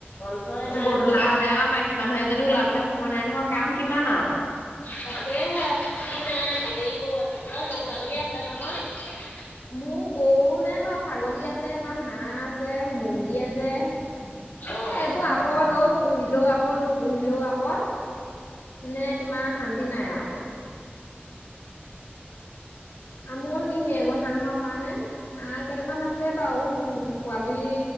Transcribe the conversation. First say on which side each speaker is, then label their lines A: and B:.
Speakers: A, on the left; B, on the left.
A: অন্তই নাই
B: গধূলা
A: নহয়
B: হলে আৰু মাইকী মানুহ এজনী ওলাবলে সময় নাই নহয় কাম কিমান আৰু
A: তাকে চুটি নাই ধেৰ গৰু আছে তোমাৰ গৰু ছাগলী আছে নহয়
B: মোৰ গৰু নাই বাৰু ছাগলী আছে তাপা হাঁহ আছে মুৰ্গী আছে এ
A: অ
B: এইবোৰ আপদ অ', পুহিলেও আপদ নুপুহিলেও আপদ মানে তোমাৰ শান্তি নাই আৰু আমনিহে এইবোৰ হাঁহৰ কাৰণে হাঁহ কেইটামান আছে বাৰু উ পোৱালি